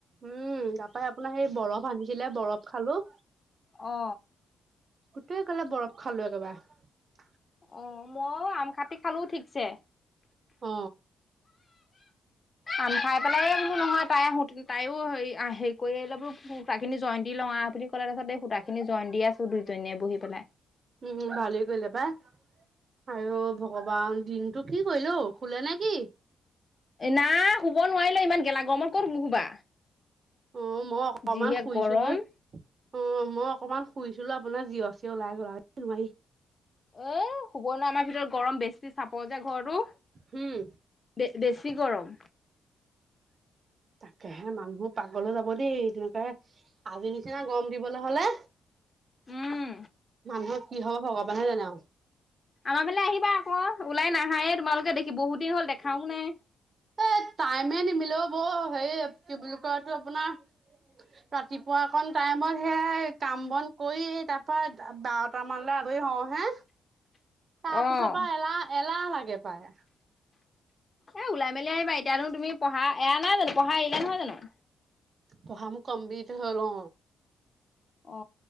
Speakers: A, on the right (about 40°); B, on the left (about 30°).
A: উম' তাপা আপোনাৰ সেই বৰফ আনিছিলে বৰফ খালো।
B: অ।
A: গোটেই গালে বৰফ খালো একেবাৰে।
B: অ' মইও আম কাটি খালো ঠিকছে।
A: অ।
B: আম খাই পেলাই এ বোলো নহয় তাই আহো তাইও হ হেৰি কৰি আহিলে বোলো সূতা খিনি জইন দি লওঁ আহ বুলি ক'লে, তাৰ পিছত এই সূতা খিনি জইন দি আছো। দুইজনীয়ে বহি পেলাই।
A: উম হুম ভালেই কৰিলে পাই আই অ ভগৱান দিনটো কি কৰিলে অ শুলে নে কি?
B: নাই শুব নোৱাৰিলো ইমান গেলা গৰমত ক'তনো শুবা
A: অ মই অকমান
B: যিহে
A: শুইছিলোয়ে
B: গৰম।
A: অ মই অকনমান শুইছিলো আপোনাৰ জিঞ চিঞ ওলাই গল আও নোৱাৰি
B: এ শুবই নোৱাৰি আমাৰ ভিতৰত গৰম বেছি চাপৰ যে ঘৰটো
A: উম
B: বে বেছি গৰম
A: তাকেহে মানুহবোৰ পাগল হৈ যাব দেই তেনেকে আজি নিচিনা গৰম দিবলৈ হলে
B: উম
A: মানুহৰ কি হব ভগৱানেহে জানে আও
B: আমাৰ ফালে আহিবা আক ওলাই নাহায়ে তোমালোকে দেখি বহুত দিন হ'ল দেখাও নাই
A: এ টাইমে নিমিলেও বৌ সেই কি বুলি কৈ সেইটো আপোনাৰ ৰাতিপুৱা অকন টাইমত সেয়া কাম বন কৰি তাৰ পৰা এটামানলৈ আজৰি হওঁ হে তাৰপিছৰ
B: অ',
A: পৰা এলাহ এলাহ লাগে পায়
B: এ ওলাই মেলি আহিবা এতিয়ানো তুমি পঢ়া এৰা নাই জানো পঢ়া এৰিলা নহয় জানো
A: পঢ়া মোৰ কমপ্লিট হল অ
B: অ